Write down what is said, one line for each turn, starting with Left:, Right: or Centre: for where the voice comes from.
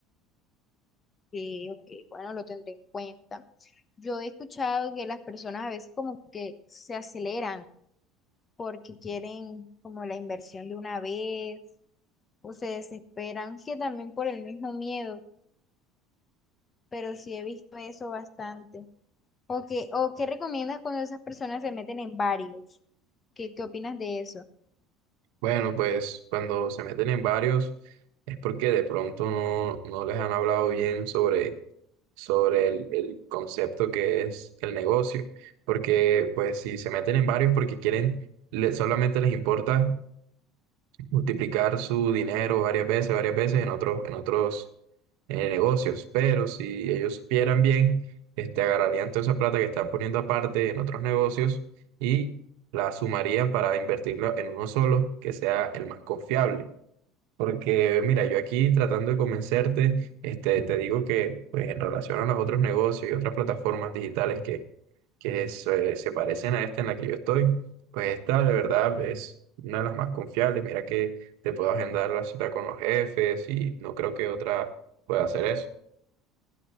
Left: sí ok, bueno, lo tendré en cuenta. Yo he escuchado que las personas a veces como que se aceleran porque quieren como la inversión de una vez o se desesperan, que también por el mismo miedo, pero sí he visto eso bastante. ¿O qué, o qué recomiendas cuando esas personas se meten en varios? ¿Qué, qué opinas de eso?
Right: Bueno, pues cuando se meten en varios es porque de pronto no, no les han hablado bien sobre, sobre el, el concepto que es el negocio. Porque pues si se meten en varios porque quieren, le- solamente les importa multiplicar su dinero varias veces, varias veces en otros, en otros eh, negocios. Pero si ellos supieran bien, este, agarrarían toda esa plata que están poniendo aparte en otros negocios y la sumarían para invertirla en uno solo, que sea el más confiable. Porque mira, yo aquí tratando de convencerte, este, te digo que pues, en relación a los otros negocios y otras plataformas digitales que, que se, se parecen a esta en la que yo estoy, pues esta de verdad es una de las más confiables. Mira que te puedo agendar la cita con los jefes y no creo que otra pueda hacer eso.